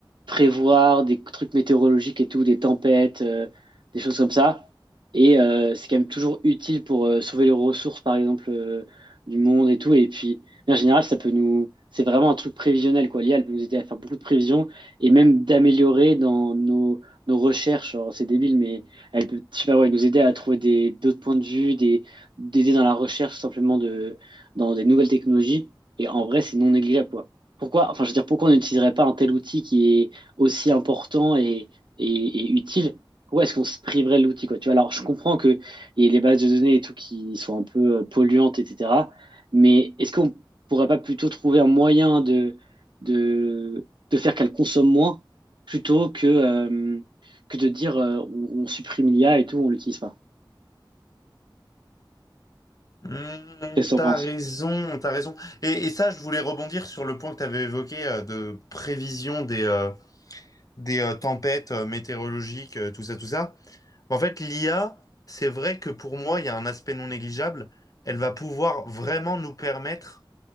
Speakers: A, on the right (about 65°); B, on the left (about 45°).
A: prévoir des trucs météorologiques et tout, des tempêtes, euh, des choses comme ça. Et euh, c'est quand même toujours utile pour euh, sauver les ressources, par exemple, euh, du monde et tout. Et puis, en général, ça peut nous, c'est vraiment un truc prévisionnel, quoi. L'IA, elle peut nous aider à faire beaucoup de prévisions et même d'améliorer dans nos, nos recherches. Alors, c'est débile, mais elle peut, je sais pas, ouais, nous aider à trouver des, d'autres points de vue, des, d'aider dans la recherche simplement de, dans des nouvelles technologies. Et en vrai, c'est non négligeable, quoi. Pourquoi, enfin, je veux dire, pourquoi on n'utiliserait pas un tel outil qui est aussi important et, et, et utile? Pourquoi est-ce qu'on se priverait de l'outil, quoi? Tu vois, alors, je comprends que et les bases de données et tout qui sont un peu euh, polluantes, etc. Mais est-ce qu'on pourrait pas plutôt trouver un moyen de, de, de faire qu'elle consomme moins plutôt que, euh, que de dire euh, on, on supprime l'IA et tout, on l'utilise pas.
B: Hmm,
A: Qu'est-ce que t'en
B: t'as
A: penses?
B: raison, t'as raison. Et, et ça, je voulais rebondir sur le point que t'avais évoqué euh, de prévision des, euh, des euh, tempêtes euh, météorologiques, euh, tout ça, tout ça. En fait, l'IA, c'est vrai que pour moi, il y a un aspect non négligeable. Elle va pouvoir vraiment nous permettre